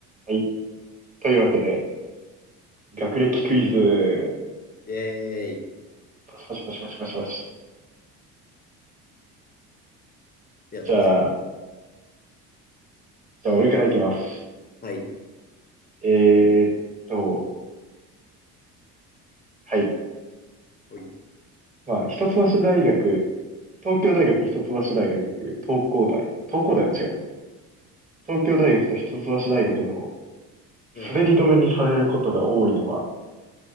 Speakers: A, on the right (about 15°); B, on the left (about 20°).
A: はい。というわけで、学歴クイズ、
B: えーい。
A: パシパシパシパシパシパシ。
B: いや、どうぞ。
A: じゃあ、じゃあ俺からいきます。
B: はい。
A: えーっと、はい。
B: おい。
A: まあ、一橋大学、東京大学、一橋大学、東工大。東工大は違う。東京大学と一橋大学の
B: うん。
A: 滑り止めにされることが多いのは、